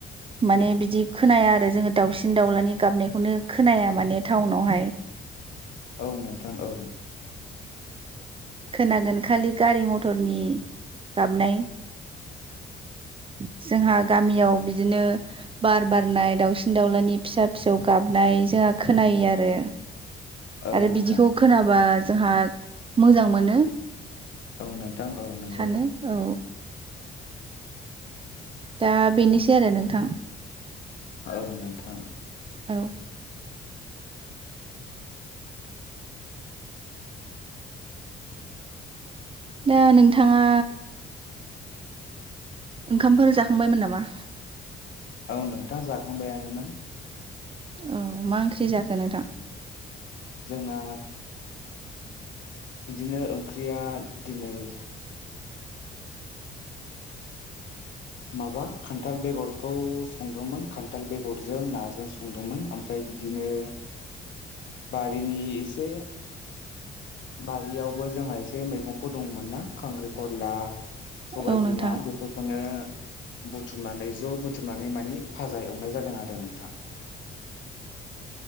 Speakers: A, on the right (about 30°); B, on the left (about 70°).
A: माने बिदि खोनाया आरो जोङो दाउसिन दाउलानि गाबनायखौनो खोनाया माने टाउनावहाय
B: औ नोंथां औ
A: खोनागोन खालि गारि मथरनि गाबनाय <inaudible> जोंहा गामियाव बिदिनो बार बारनाय दाउसिन दाउलानि फिसा फिसौ गाबनाय जोंहा खोनायो आरो।
B: औ
A: आरो
B: नोंथां
A: बिदिखौ खोनाबा जोंहा मोजां मोनो।
B: औ नोंथां औ नंगौ।
A: थानो औ दा बेनोसै आरो नोंथां।
B: औ नोथां।
A: औ। दा नोंथाङा। ओंखामफोर जाखांबायमोन नामा?
B: औ नोंथा जाखांबायानोमोन।
A: औ मा ओंख्रि जाखो नोंथां?
B: जोंना बिदिनो ओंख्रिया दिनै माबा खान्थाल बेगरखौ संदोंमोन खान्थाल बेगरजों नाजों संदोंमोन ओमफ्राय बिदिनो बारिनि एसे बारियावबो जोंहा एसे मैगंफोर दंमोनना खांख्रिखला। सबाय
A: औ नोंथां
B: बिमा बेफोरखौनो बुथुमनानै ज' बुथुमनानै मानि फाजा एवनाय जादों आरो नोंथां।